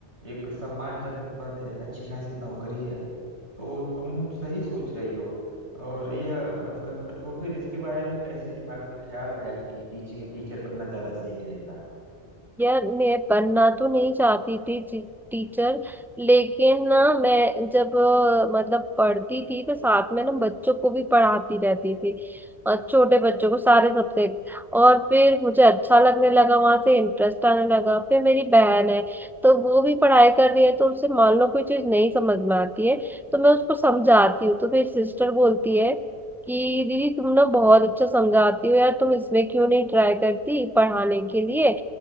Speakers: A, on the right; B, in the centre.
A: एक सम्मानजनक पद है अच्छी खासी नौकरी है तो तुम सही सोच रही हो और यह मतलब तो फिर इसके बारे में कैसे दिमाग में ख्याल आया कि टीचर टीचर बनना ज्यादा सही रहेगा
B: यार मैं बनना तो नहीं चाहती थी टी- टीचर लेकिन ना मैं जब अ, मतलब पढ़ती थी तो साथ में ना बच्चों को भी पढ़ाती रहती थी और छोटे बच्चों को सारे सब्जेक्ट और फिर मुझे अच्छा लगने लगा वहां से इंटरेस्ट आने लगा फिर मेरी बहन है तो वो भी पढ़ाई कर रही है तो उसे मान लो कोई चीज नहीं समझ में आती है तो मैं उसको समझाती हूँ तो मेरी सिस्टर बोलती है कि दीदी तुम ना बहुत अच्छा समझाती हो यार तुम इसमें क्यों नहीं ट्राई करती पढ़ाने के लिए